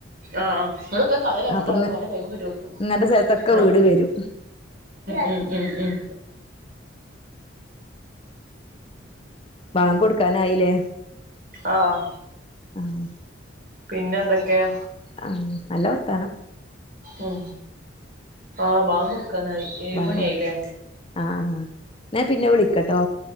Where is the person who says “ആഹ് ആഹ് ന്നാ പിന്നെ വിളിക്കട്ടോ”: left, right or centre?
Left